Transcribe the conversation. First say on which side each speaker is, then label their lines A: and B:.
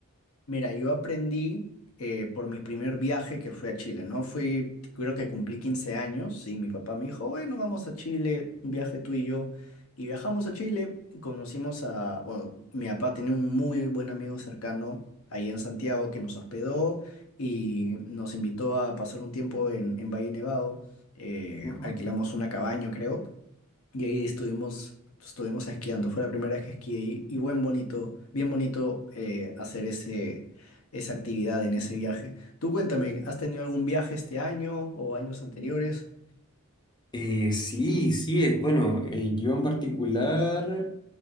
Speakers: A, on the left; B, on the left.
A: Mira, yo aprendí eh, por mi primer viaje que fui a Chile, ¿no? Fui, creo que cumplí 15 años y mi papá me dijo, bueno, vamos a Chile, un viaje tú y yo. Y viajamos a Chile, conocimos a, bueno, mi papá tenía un muy buen amigo cercano ahí en Santiago que nos hospedó y nos invitó a pasar un tiempo en, en Valle Nevado. Eh,
B: Ujú.
A: alquilamos una cabaña, creo. Y ahí estuvimos, estuvimos esquiando. Fue la primera vez que esquié y, y buen bonito, bien bonito eh, hacer ese, esa actividad en ese viaje. Tú cuéntame, ¿has tenido algún viaje este año o años anteriores?
B: Eh, sí, sí, es bueno. eh, yo en particular,